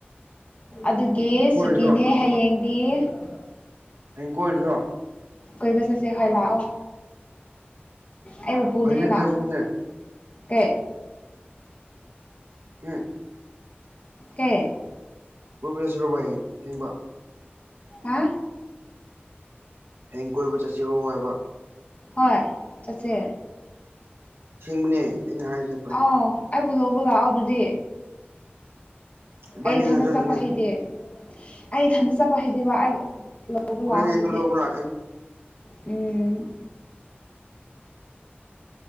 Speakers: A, on the left (about 40°); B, on the right (about 75°).
A: ꯑꯗꯨꯒꯤ
B: ꯀꯣꯏꯔꯨꯁꯤꯔꯣ
A: ꯁꯨꯇꯤꯅꯦ ꯍꯌꯦꯡ ꯊ
B: ꯍꯌꯦꯡ ꯀꯣꯏꯗ꯭ꯔꯣ
A: ꯀꯣꯏꯕ ꯆꯠꯁꯦ ꯍꯣꯏ ꯂꯥꯛꯑꯣ ꯑꯩꯕꯨꯄꯨꯅꯦꯍꯦꯛ
B: ꯍꯩꯅꯗ꯭ꯔꯁꯨꯅꯦ
A: ꯂꯥꯛꯑꯣ ꯀꯦ
B: ꯎꯝ
A: ꯀꯦ
B: ꯄꯨꯕꯤꯔꯁꯤꯔꯣꯕ ꯍꯦꯡꯕ
A: ꯍꯥ
B: ꯍꯌꯦꯡ ꯀꯣꯏꯕ ꯆꯠꯁꯤꯔꯣ ꯍꯥꯏꯕ
A: ꯍꯣꯏ ꯆꯠꯁꯦ
B: ꯁꯤꯡꯕꯅꯦ ꯑꯩꯅ ꯍꯥꯏꯖ
A: ꯑꯥꯎ ꯑꯩꯕꯨ ꯂꯧꯕ ꯂꯥꯛꯑꯣ ꯑꯗꯨꯗꯤ
B: ꯏꯕꯥꯅꯤ
A: ꯑꯩ
B: ꯈꯛꯇ
A: ꯊꯅꯠ
B: ꯆꯠꯇꯣꯏꯅꯦ
A: ꯆꯠꯄ ꯍꯩꯗꯦ ꯑꯩ ꯏꯊꯟꯗ ꯆꯠꯄ ꯍꯩꯗꯦꯕ ꯂꯧꯕ
B: ꯍꯣꯏꯅꯦ
A: ꯂꯥꯛꯑꯣ ꯑꯗꯨꯗꯤ
B: ꯑꯗꯨ ꯂꯧꯕ ꯂꯥꯛꯀꯦ
A: ꯎꯝ